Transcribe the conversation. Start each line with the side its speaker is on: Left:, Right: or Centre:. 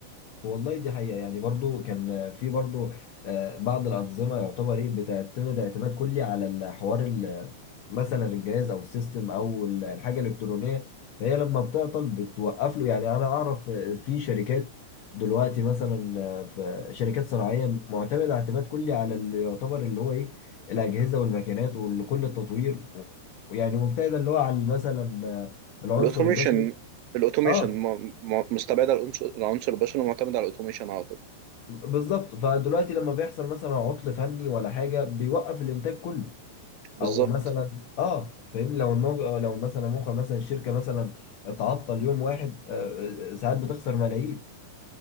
Left: والله دي حقيقة يعني برضو كان في برضو آه، بعض الأنظمة يعتبر إيه بتعتمد اعتماد كلي على الحوار ال- مثلا الجهاز أو السيستم أو ال- الحاجة الإلكترونية فهي لما بتعطل بتوقف له يعني أنا أعرف آه، في شركات دلوقتي مثلا آه، في شركات صناعية معتمدة اعتماد كلي على اللي يعتبر اللي هو إيه الأجهزة والماكينات وكل التطوير ويعني مبتعدة اللي هو على مثلا آه، العنصر
Right: الأوتوميشن
Left: البشري
Right: الأوتوميشن
Left: اه
Right: م- م- مستبعدة العنصر العنصر البشري ومعتمدة على الأوتوميشن على طول
Left: بالظبط فدلوقتي لما بيحصل مثلا عطل فني ولا حاجه بيوقف الانتاج كله
Right: بالظبط
Left: او مثلا اه فاهمني لو الموج... لو مثلا موقع مثلا الشركه مثلا اتعطل يوم واحد آه، آه، ساعات بتخسر ملايين